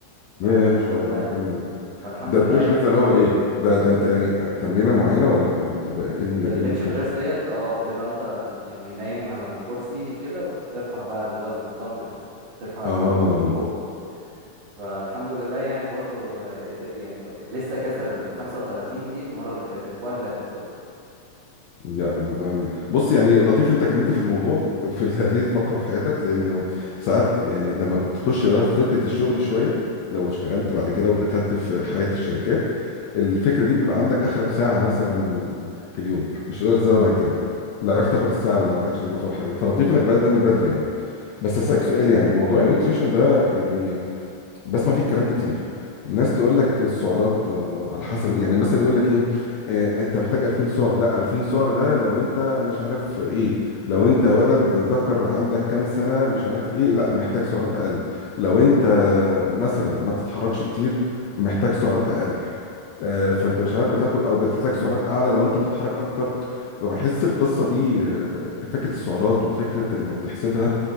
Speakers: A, on the right; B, on the left.
A: فالحمد
B: ياه ما شاء
A: لله
B: الله حلو
A: فالحمد
B: ده
A: لله
B: البريش
A: يعني
B: بيتزا اللي هو ايه ده ده انت يعني تمرينه معينه ولا بت- بتبقى ايه ال-
A: البنش
B: ايه البريش
A: بريس ديت اه بتبقى انت يعني نايم على الكرسي كده وبترفع بقى الوزن الدمبلز ترفع
B: اه
A: الدمبلز لفوق فالحمد لله يعني برضو آه، إد- يعني ك- لسه كاسر ال 35 دي المرة اللي فاتت الأسبوع اللي فات بالظبط
B: يا أم- بص يعني لطيف انت كملت في الموضوع في <laughs> هذه الفقره في حياتك لان ساعات آه، لما بتخش بقى في فكره الشغل شويه لو اشتغلت بعد كده ودخلت في حياه الشركات الفكره دي بيبقى عندك اخرك ساعه مثلا في اليوم مش هتقدر تزود عن كده لا عرفت تاخد الساعه لو ما عندكش ظروف او حاجه فلطيف انك بدأت ده من بدري يعني بس هسألك سؤال يعني موضوع النيوتريشن ده يعني بسمع فيه كلام كتير الناس تقول لك السعرات آه، على حسب يعني مثلا يقول لك ايه آه، انت محتاج 2000 سعر لا 2000 سعر ده لو انت مش عارف ايه لو انت ولد ذكر عندك كام سنة مش عارف ايه لا محتاج سعرات اقل لو انت مثلا ما بتتحركش كتير محتاج سعرات اقل آه، فانت مش عارف بتاخد او بتحتاج سعرات اعلى لو انت بتتحرك اكتر بحس القصه دي آه، فكره السعرات وفكره انك تحسبها